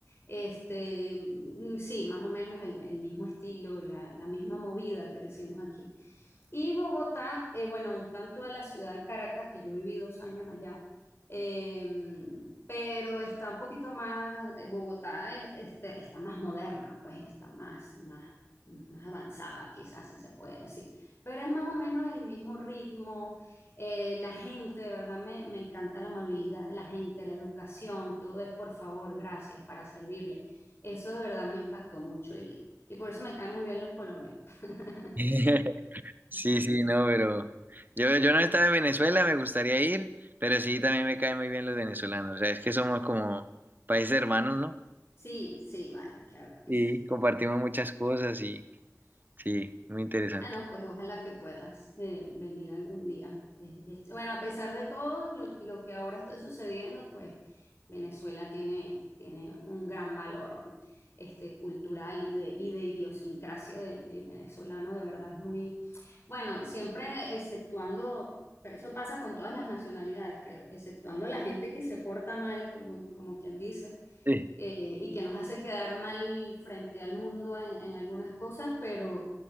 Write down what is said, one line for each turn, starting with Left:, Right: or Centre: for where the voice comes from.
Left: Este, mm, sí, más o menos el, el mismo estilo, la, la misma movida que decimos aquí. Y Bogotá, eh, bueno, un tanto a la ciudad de Caracas, que yo viví dos años allá, eh, pero está un poquito más, eh, Bogotá es- este, está más moderna, pues está más, más, más avanzada, quizás si se puede decir. Pero es más o menos el mismo ritmo, eh, la gente, de verdad me, me encanta la amabilidad de la gente, la educación, todo es por favor, gracias para servirle. Eso de verdad me impactó mucho y, y por eso me caen muy bien los colombianos. <laughs>
Right: <laughs> Sí,
Left: Sí,
Right: sí,
Left: sí,
Right: no, pero yo, yo no estaba en Venezuela, me gustaría ir, pero sí, también me caen muy bien los venezolanos. O sea, es que somos como países hermanos, ¿no?
Left: sí, sí, vale, claro que
Right: Y
Left: sí.
Right: compartimos muchas cosas y sí, muy interesante.
Left: Ah, no, pues ojalá que puedas eh, venir algún día. Eh, es- bueno, a pesar de todo lo, lo que ahora está sucediendo, pues Venezuela tiene, tiene un gran valor este, cultural y de, y de idiosincrasia del, del venezolano, de verdad es muy, bueno, siempre exceptuando, pero eso pasa con todas las nacionalidades, creo, exceptuando la gente que se porta mal, como, como quien dice
Right: Sí,
Left: eh, y que nos hace quedar mal frente al mundo en, en algunas cosas, pero